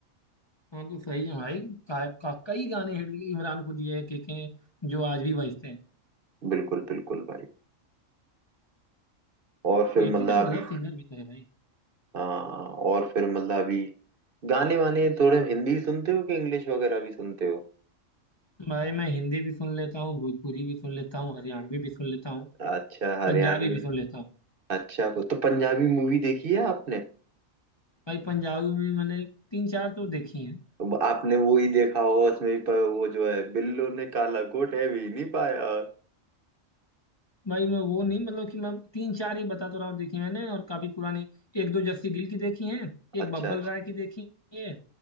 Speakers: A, on the left; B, on the right.
A: हाँ तो सही है भाई का, का, कई गाने हिट इमरान को दिए के के जो आज भी बजते हैं
B: बिल्कुल बिल्कुल भाई और फिर
A: के
B: मतलब
A: के जबरदस्त
B: अभी
A: सिंगर भी तो है भाई
B: हाँ और फिर मतलब अभी गाने वाने थोड़े हिंदी सुनते हो कि इंग्लिश वगैरह भी सुनते हो
A: भाई मैं हिंदी भी सुन लेता हूँ भोजपुरी भी सुन लेता हूँ हरियाणवी भी सुन लेता हूँ
B: अच्छा हरियाणवी
A: पंजाबी भी सुन लेता हूँ
B: अच्छा वो तो पंजाबी मूवी देखी है आपने
A: भाई पंजाबी भी मैंने तीन चार तो देखी हैं
B: अब आपने वो ही देखा होगा उसमें भी प- वो जो है बिल्लो ने काला कोट है भी नहीं पाया
A: भाई मैं वो नहीं मतलब कि मैं तीन चार ही बता तो रहा हूँ देखी मैंने और काफी पुरानी एक दो जस्सी गिल की देखी हैं एक
B: अच्छा
A: बब्बल
B: अच्छा
A: राय की देखी है